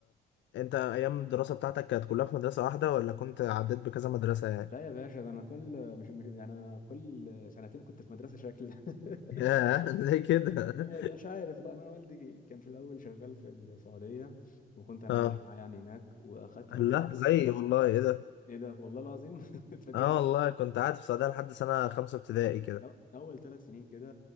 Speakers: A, on the left; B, on the left.
A: انت ايام الدراسه بتاعتك كانت كلها في مدرسه واحده ولا كنت عديت بكذا مدرسه يعني
B: لا يا باشا ده انا كل مش مش- يعني انا كل سنتين كنت في مدرسه شكل <laughs>
A: <laughs> ياه ليه كده
B: هو مش عارف انا والدي كان في الاول شغال في السعوديه وكنت
A: <laughs>
B: انا
A: اه
B: عايش معاه يعني هناك واخدت اول
A: لا
B: ثلاث
A: زي والله ايه ده
B: ايه ده والله العظيم <laughs> اتفاجئت
A: اه والله كنت قاعد في السعودية لحد سنة خمسة ابتدائي كده
B: أو- اول ثلاث سنين كده